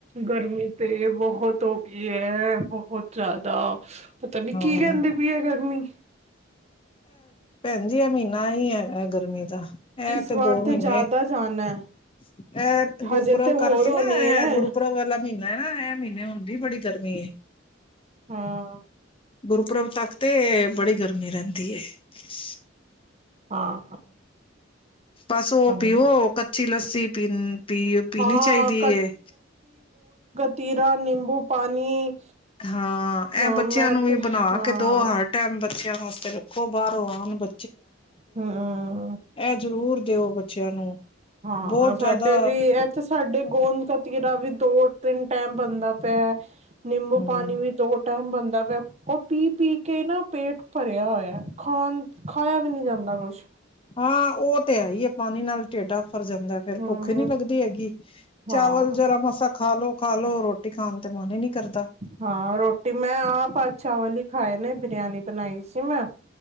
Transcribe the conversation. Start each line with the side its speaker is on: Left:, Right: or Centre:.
Right: ਗਰਮੀ ਤੇ ਬਹੁਤ ਹੋ ਗਈ ਹੈ ਬਹੁਤ ਜ਼ਿਆਦਾ ਪਤਾ ਨੀ
Left: ਹਾਂ
Right: ਕੀ ਕਹਿੰਦੀ ਪਈ ਹੈ ਗਰਮੀ
Left: ਹਜੀ ਅਮੀ ਹੀ ਹੈ ਗਰਮੀ ਦਾ ਇਹ
Right: ਇਸ
Left: ਤੇ
Right: ਵਾਰ
Left: ਦੋ ਮਹੀਨੇ
Right: ਜ਼ਿਆਦਾ ਜਾਣਾ ਹੈ
Left: ਇਹ ਗੁਰਪ੍ਰਬ
Right: ਹਜੇ ਤੇ
Left: ਕਰਕੇ
Right: ਹੋਰ ਹੋਣੀ
Left: ਨਾ
Right: ਹੈ
Left: ਗੁਰਪ੍ਰਬ ਵਾਲਾ ਮਹੀਨਾ ਮੈਂ ਨਾ ਇਹ ਮਹੀਨੇ ਹੁੰਦੀ ਬੜੀ ਗਰਮੀ
Right: ਹਾਂ
Left: ਗੁਰਪ੍ਰਬ ਤੱਕ ਤੇ ਬੜੀ ਗਰਮੀ ਰਹਿੰਦੀ ਤਸ
Right: ਹਾਂ
Left: ਪਾਸੋ
Right: ਹਾਂ
Left: ਪੀਵੋ ਕੱਚੀ ਲੱਸੀ ਪੀ ਪੀ ਪੀਣੀ
Right: ਹਾਂ
Left: ਚਾਹੀਦੀ ਹੈ
Right: ਤੀਰਾ ਨਿੰਬੂ ਪਾਣੀ
Left: ਹਾਂ
Right: ਹਾਂ
Left: ਇਹ ਬੱਚਿਆਂ
Right: ਮੈਂ
Left: ਨੂੰ ਵੀ
Right: ਤੇ
Left: ਬਣਾ
Right: ਹਾਂ
Left: ਕੇ ਦੋ ਹਰ ਟਾਈਮ ਬੱਚਿਆਂ ਵਾਸਤੇ ਰੱਖੋ ਬਾਹਰੋਂ ਆਉਣ ਬ
Right: ਹਮ
Left: ਜ਼ਰੂਰ ਦਿਓ ਬੱਚਿਆਂ ਨੂੰ
Right: ਹਾਂ
Left: ਬਹੁਤ
Right: ਸਾਡੇ
Left: ਜ਼ਿਆਦਾ
Right: ਵੀ ਇੱਥੇ ਸਾਡੇ ਗੋਦ ਗਤੀ ਦਾ ਵੀ ਦੋ ਤਿੰਨ ਟਾਈਮ ਬਣਦਾ ਪਿਆ ਨਿੰਬੂ
Left: ਹਮ
Right: ਪਾਣੀ ਵੀ ਦੋ ਟਾਈਮ ਬਣਦਾ ਉਹ ਪੀ ਪੀ ਕੇ ਨਾ ਪੇਟ ਭਰਿਆ ਹੋਇਆ ਖਾਣ ਖਾਇਆ ਵੀ ਨੀ ਜਾਂਦਾ ਕੁਛ
Left: ਹਾਂ ਉਹ ਤੇ ਹੈ ਹੀ ਹੈ ਪਾਣੀ ਨਾਲ ਸਟੇਟਫ ਰ ਜਾਂਦਾ ਫੇਿਰ
Right: ਹਮ
Left: ਭੁੱਖ ਨੀ ਲੱਗਦੀ ਹੈਗੀ
Right: ਹਾਂ
Left: ਚਾਵਲ ਜਰਾ ਮਸ ਖਾ ਲੋ ਖਾ ਲੋ ਰੋਟੀ ਖਾਣ ਤੇ ਮਨ ਹੀ ਨੀ ਕਰਦਾ
Right: ਹਾਂ ਰੋਟੀ ਮੈਂ ਆਪ ਆਜ ਚਾਵਲ ਹੀ ਖਾਏ ਨੇ ਬਰਿਆਨੀ ਬਣਾਈ ਸੀ ਮੈਂ